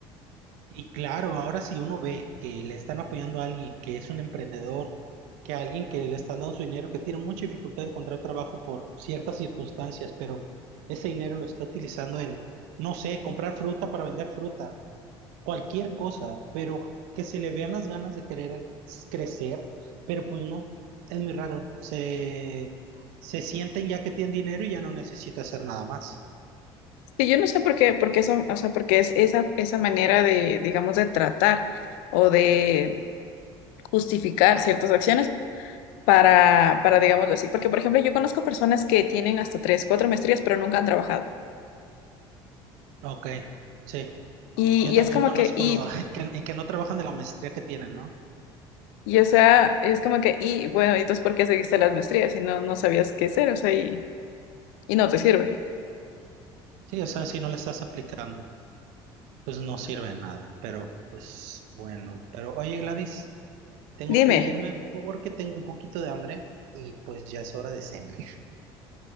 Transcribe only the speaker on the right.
Y claro, ahora si uno ve que le están apoyando a alguien que es un emprendedor, que a alguien que le están dando su dinero, que tiene mucha dificultad de encontrar trabajo por ciertas circunstancias, pero ese dinero lo está utilizando en, no sé, comprar fruta para vender fruta, cualquier cosa, pero que se le vean las ganas de querer crecer, pero pues no, es muy raro. Se, se sienten ya que tienen dinero y ya no necesita hacer nada más.
Ok, sí.
Yo
también
conozco
<laughs> que, y que no trabajan de la maestría que tienen, ¿no?
Sí, o sea, si no la estás aplicando, pues no sirve de nada, pero pues bueno. Pero oye, Gladys, tengo
que irme porque tengo un poquito de hambre y pues ya es hora de cenar.